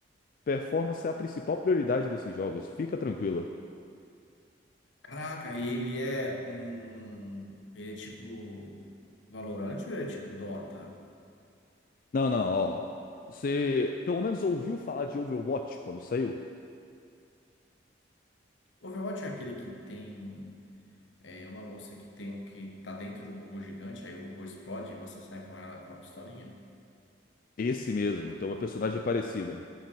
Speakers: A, on the left; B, on the left.
A: performance é a principal prioridade desses jogos. Fica tranquilo.
B: Caraca, e ele é um. Ele é tipo. Valorant ou ele é tipo Dota?
A: Não, não, ó. Você pelo menos ouviu falar de Overwatch quando saiu?
B: Overwatch é aquele que tem. É é uma moça que tem um que tá dentro de um robô gigante, aí o robô explode e você sai com ela com uma pistolinha.
A: Esse mesmo, então é uma personagem parecida.